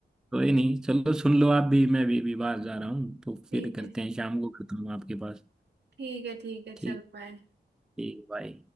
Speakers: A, in the centre; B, on the right.
A: कोई नहीं चलो सुन लो आप भी मैं भी, भी बाहर जा रहा हूँ तो
B: ठीक
A: फिर करते
B: है
A: हैं शाम को करता हूँ आपके पास
B: ठीक है ठीक है चलो
A: ठीक
B: बाय
A: ठीक भाई